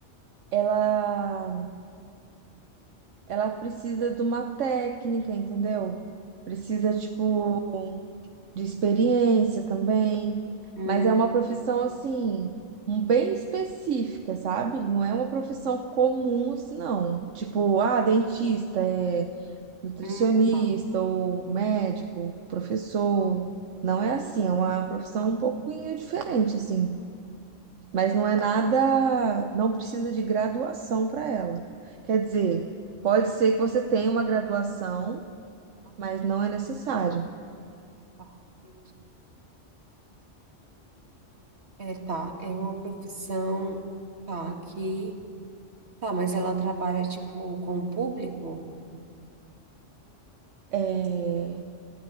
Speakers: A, on the right (about 80°); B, on the right (about 60°).
A: ela, ela precisa de uma técnica, entendeu? Precisa, tipo, de experiência também,
B: hum,
A: mas é uma profissão assim, um bem específica, sabe? Não é uma profissão comum, assim, não. Tipo, ah, dentista, é nutricionista
B: hum, tá.
A: ou médico, professor. Não é assim, é uma profissão um pouquinho diferente, assim. Mas não é nada, não precisa de graduação para ela. Quer dizer, pode ser que você tenha uma graduação,
B: Aham,
A: mas não é necessário.
B: tá, entendi. É, é, tá, é uma profissão, tá, aqui. Tá, mas ela trabalha, tipo, com o público?
A: É,